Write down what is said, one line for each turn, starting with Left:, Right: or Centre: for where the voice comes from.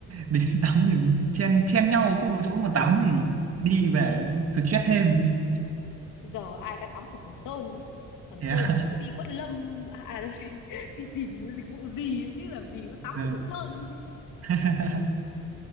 Right: đến <laughs> tắm thì chen chen nhau không có chỗ mà tắm thì đi về stress thêm
Left: giờ ai ta tắm ở Sầm Sơn nữa Sầm
Right: thế
Left: Sơn
Right: à?
Left: chỉ
Right: <laughs>
Left: có đi Quất Lâm à, à đâu, đi, <laughs> đi tìm dịch vụ gì nữa chứ làm gì có
Right: Ừ.
Left: tắm ở Sầm Sơn
Right: <laughs>